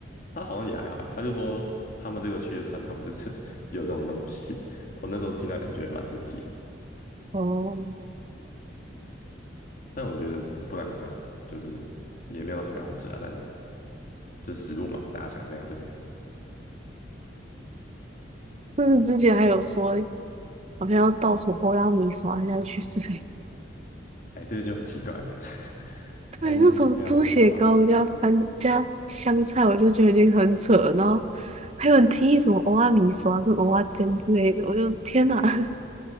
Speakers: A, on the left; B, on the right.
A: 它好像也还好啊，他就说他们这个区的传统就是 <laughs> 有这种东西。我那时候听到也是觉得蛮神奇的
B: <laughs> 哦，
A: 但我觉得不不难吃啊，就是也没有特别好吃啊，但就食物嘛，大家想怎样就怎样。
B: 但是之前还有说好像要倒什么欧拉米刷下去之类
A: 哎，这个就很奇怪了，<laughs> 还是不要乱搞啊。
B: 对，那种猪血糕加番加香菜，我就觉得已经很扯了。然后还有人提议什么欧仔米刷跟欧仔煎之类的，我就天哪！<laughs>